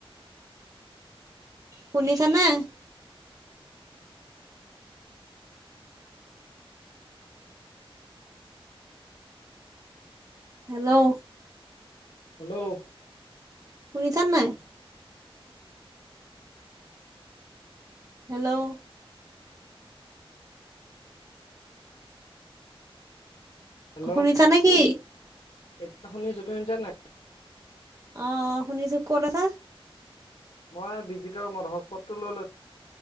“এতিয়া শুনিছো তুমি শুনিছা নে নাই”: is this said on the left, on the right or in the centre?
Left